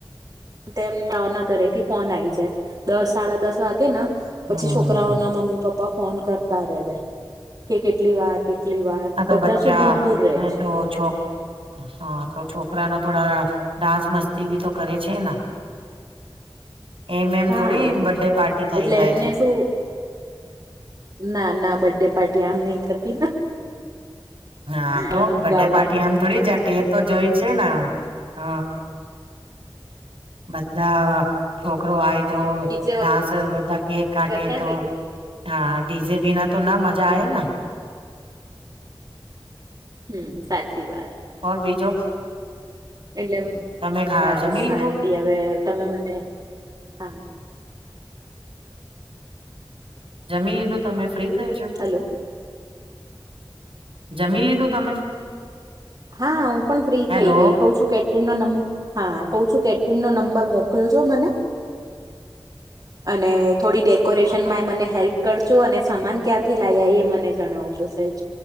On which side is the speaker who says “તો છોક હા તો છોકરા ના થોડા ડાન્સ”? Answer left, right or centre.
Right